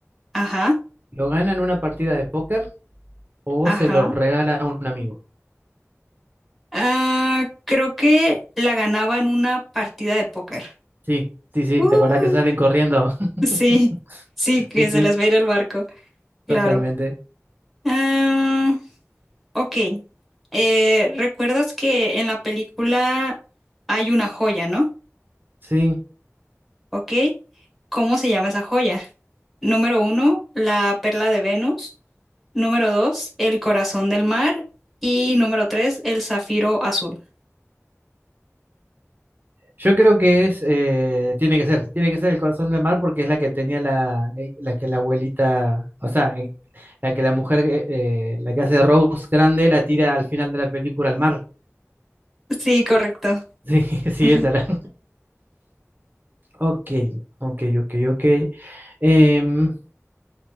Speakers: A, in the centre; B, on the right (about 40°).
A: ajá,
B: ¿Lo gana en una partida de póker o
A: ajá.
B: se lo regala a un amigo?
A: Ah, creo que la ganaba en una partida de póker.
B: Sí, sí, sí,
A: Uh,
B: ¿te acordás que salen corriendo? <laughs>
A: sí, sí, que
B: Sí, sí,
A: se les va a ir el barco, claro.
B: totalmente.
A: Ah, ok. Eh, ¿recuerdas que en la película hay una joya, ¿no?
B: Sí,
A: ¿ok? ¿Cómo se llama esa joya? Número uno, la perla de Venus. Número dos, el corazón del mar. Y número tres, el zafiro azul.
B: yo creo que es, eh, tiene que ser, tiene que ser el corazón del mar porque es la que tenía la, eh, la que la abuelita, o sea, eh, la que la mujer, eh, eh, la que hace Rose grande, la tira al final de la película al mar. <laughs>
A: <laughs> Sí, correcto.
B: Sí, sí,
A: Ujú.
B: esa era. Ok, ok, ok, ok. Em,